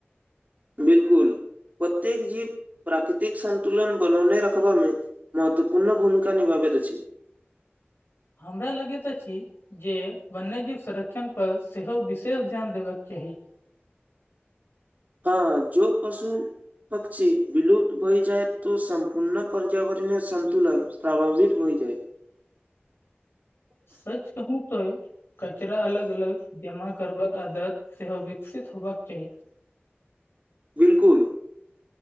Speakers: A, on the right (about 40°); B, on the left (about 65°).
A: बिल्कुल प्रत्येक जीव प्राकृतिक संन्तुलन बनौने रखबय मे महत्वपूर्ण भूमिका निभाबैत अछि
B: हमरा लगेत अछी जे वन्यजीव संरक्षण पर सेहो विशेष ध्यान देबाक चाही
A: हँ जो पशु पक्षी विलुप्त भइ जाए तऽ सम्पूर्ण पर्यावरणय सन्तुलन प्रभावित भइ जाए
B: सच कहू तो कचरा अलग अलग जमा करबाक आदत सेहो विकसित होबाक चाही
A: बिलकुल